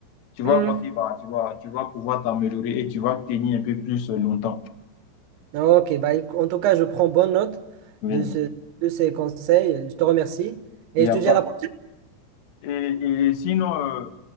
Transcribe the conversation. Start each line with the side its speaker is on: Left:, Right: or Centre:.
Left: tu vas
Right: Hmm.
Left: voir qui va, tu vas, tu vas pouvoir t'améliorer et tu vas tenir un peu plus euh, longtemps.
Right: OK. Bah, éc- en tout cas, je prends bonne note
Left: Oui.
Right: de ce- de ces conseils. Je te remercie et
Left: Il y
Right: je
Left: a
Right: te
Left: pas...
Right: dis à la prochaine.
Left: Et, et sinon, euh,